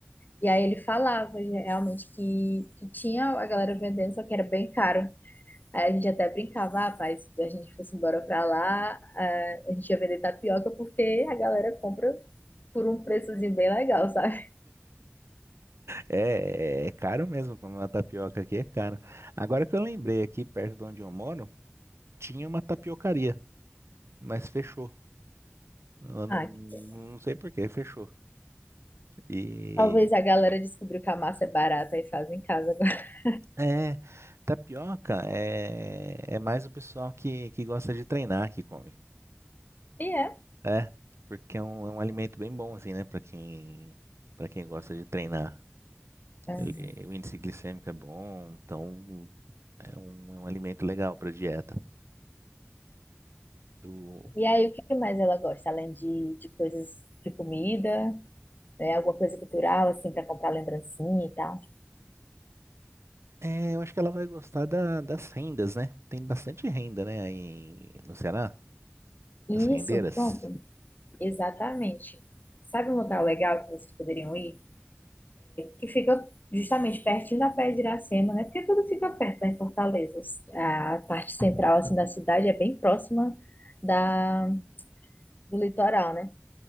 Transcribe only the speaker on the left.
E aí ele falava já, realmente que, que tinha a galera vendendo, só que era bem caro. Aí a gente até brincava, ah, pai, se a gente fosse embora pra lá, ah, a gente ia vender tapioca porque a galera compra por um preçozinho bem legal, sabe?
Ah,
que pena.
Talvez a galera descobriu que a massa é barata e faz em casa agora. <laughs>
E é.
Aham.
E aí, o que mais ela gosta, além de, de coisas de comida, né? Alguma coisa cultural, assim, para comprar lembrancinha e tal.
E
Isso, pronto, exatamente. Sabe um lugar legal que vocês poderiam ir? Que fica justamente pertinho da Praia de Iracema, né? Porque tudo fica perto, né? em Fortaleza. A parte central, assim, da cidade é bem próxima da, do litoral, né?